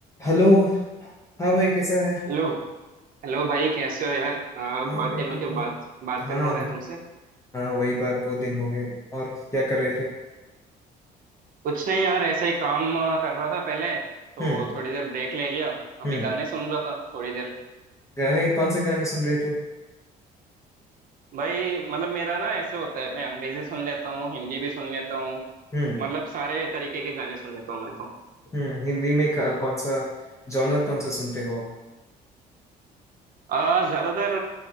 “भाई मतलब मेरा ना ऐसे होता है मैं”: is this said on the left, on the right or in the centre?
Right